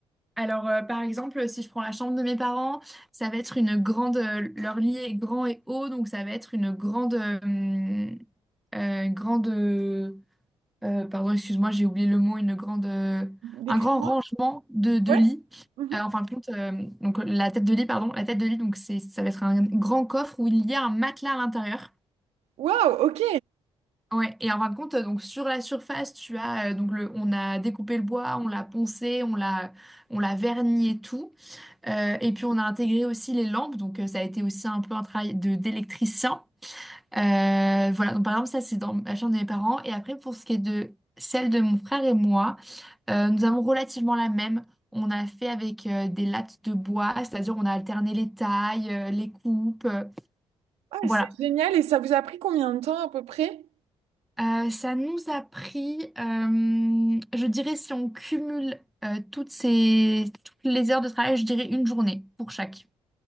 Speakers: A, in the centre; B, on the right.
A: Alors, euh, par exemple, si je prends la chambre de mes parents, ça va être une grande. euh, leur lit est grand et haut, donc ça va être une grande. euh, euh, grande. euh, euh, pardon, excuse-moi, j'ai oublié le mot. Une grande. euh,
B: Décris-moi.
A: un grand rangement de, de
B: Ouais.
A: lits.
B: Mhm.
A: Euh, en fin de compte, euh, donc la tête de lit, pardon, la tête de lit, donc c'est, ça va être un grand coffre où il y a un matelas à l'intérieur.
B: Waouh, ok.
A: Ouais, et en fin de compte, euh, donc sur la surface, tu as euh, donc le, on a découpé le bois, on l'a poncé, on l'a, on l'a verni et tout. Euh, et puis on a intégré aussi les lampes, donc euh, ça a été aussi un peu un travail de d'électricien. Euh, voilà, donc par exemple ça c'est dans la chambre de mes parents. Et après pour ce qui est de celle de mon frère et moi, euh, nous avons relativement la même. On a fait avec euh, des lattes de bois, c'est-à-dire on a alterné les tailles, euh, les coupes, euh,
B: Ah,
A: voilà.
B: c'est génial. Et ça vous a pris combien de temps à peu près?
A: Euh, ça nous a pris, euh, je dirais si on cumule euh, toutes ces, toutes les heures de travail, je dirais une journée pour chaque.